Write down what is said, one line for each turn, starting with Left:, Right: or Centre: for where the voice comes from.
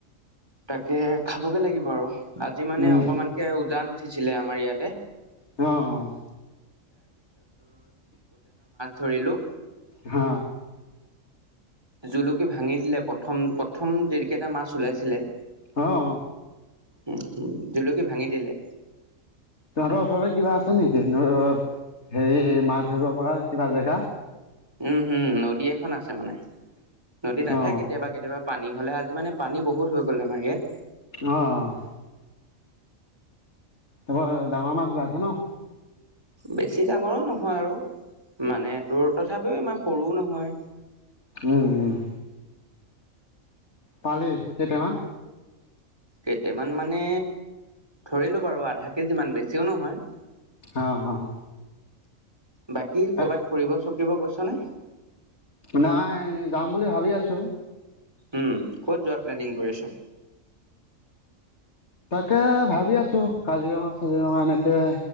Right: তাকে খাবগে লাগিব আৰু। আজি মানে
Left: উম
Right: অকমানকে উজান উ আছিলে আমাৰ ইয়াতে।
Left: অঁ, অঁ।
Right: ধৰিলোঁ।
Left: হ।
Right: জুলুকি ভাঙি দিলে প প্ৰথম প্ৰথম যিকেইটা মাছ ওলাইছিলে
Left: অঁ।
Right: উম জুলুকি ভাঙি দিলে।
Left: তহঁতৰ ওচৰতে কিবা আছে নেকি <unintelligible> হেৰি মাছ ধৰিব পৰা কিবা জেগা?
Right: উমহম নদী এখন আছে মানে। নদীত আহে
Left: অ
Right: কেতিয়াবা কেতিয়াবা। পানী হ'লে আজি মানে পানী বহুত হৈ গ'ল আমাৰ ইয়াত।
Left: অঁ, অঁ। তাৰপৰা ডাঙৰ মাছ ওলাইছে ন?
Right: বেছি ডাঙৰো নহয় আৰু মানে তোৰ তথাপিও ইমান সৰুও নহয়।
Left: উম উম। পালি কেইটামান?
Right: কেইটামান মানে, ধৰিলো বাৰু আধা কেজি মান বেছিও নহয়।
Left: অ', অ'।
Right: বাকী ক'ৰবাত
Left: এক
Right: ফুৰিব চ কিব গৈছ নে?
Left: নাই যাম বুলি ভাবি আছোঁ।
Right: উম, ক'ত যোৱা প্লেনিং কৰিছ?
Left: তাকে ভাবি আছোঁ কাজিৰঙা চাজিৰঙা এনেকে